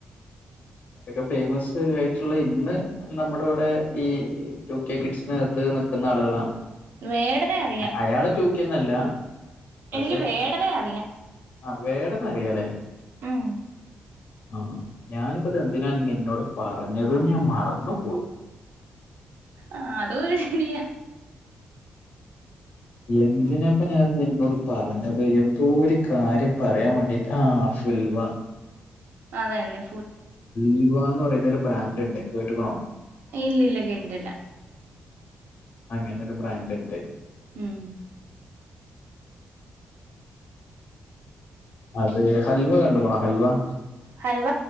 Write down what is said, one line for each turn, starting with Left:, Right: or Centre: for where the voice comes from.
Left: ത്ഒക്കെ ഫേമസ്ആയിട്ടുള്ള ഇന്ന് അത് നമ്മുടെകൂടെ ഈ ടു കെ കിഡ്സിനകത്ത് നിൽക്കുന്ന ആളുകളാണ്.
Right: വേടനെ അറിയാം
Left: അയാള് ടു കെ ഒന്നുല്ലപക്ഷെ
Right: എനിക്ക് വേടനെ അറിയാം
Left: ആ വേടനെഅറിയാലെ?
Right: ഉം
Left: ആഹ് ഞാനിപ്പോതെന്തിനാ നിന്നോട് പറഞ്ഞത്ഞാൻ മറന്ന്പോയി.
Right: ആഹ് അതൊരുഹിനിയാ
Left: എന്തിനപ്പോഞാനിത്
Right: ഉം
Left: നിന്നോട് പറഞ്ഞത് എന്തോര്കാര്യം പറയാൻ വാണ്ടിട്ടാആ ഫുൽവ
Right: അതെന്നെ
Left: ഉൽവാന്ന് പറയുന്നഒര് ബ്രാന്റ്ണ്ട് കേട്ട്ക്ക്ണോ?
Right: ഇല്ലല്ല്യാ കേട്ടിട്ടില്ല
Left: അങ്ങനൊരു ബ്രാന്റ്ണ്ട്
Right: ഉം
Left: അത് ഹൽവകണ്ട്ക്ക്ണോ ഹൽവ
Right: ഹൽവ